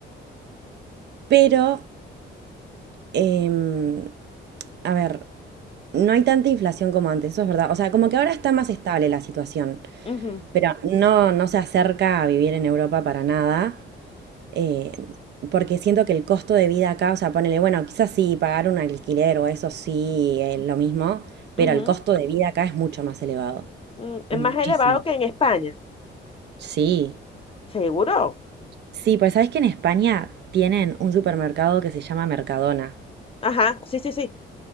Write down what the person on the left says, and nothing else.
ujú, ujú,
ujú.
Mm, es
más elevado que en España.
Seguro.
Ajá, sí, sí, sí.